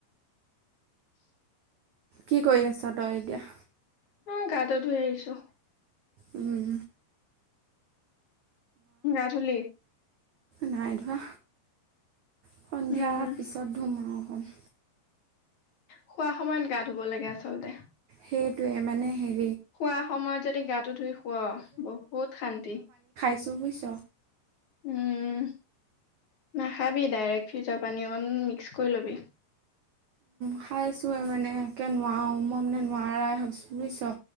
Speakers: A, on the right; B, on the left.
A: কি কৰি আছ তই এতিয়া?
B: মই গাতো ধুই আহিছোঁ।
A: উম।
B: গা ধুলি?
A: নাই ধুৱা। সন্ধিয়া
B: উম
A: হোৱা পিছত ধুম আৱ <inaudible>
B: শুৱা সময়ত গা ধুব লাগে আচলতে।
A: সেইটোৱে মানে সেই
B: শুৱা সময়ত যদি গাটো ধুই শুৱ বহুত শান্তি।
A: চ বুইছ।
B: উম। নাখাবি ডাইৰেক্ট ফ্ৰিজৰ পানী অকণ মিক্স কৰি লবি।
A: খাইছোয়ে মানে একে নোৱাৰো মই মানে নোৱাৰাই হৈছো বুজিছ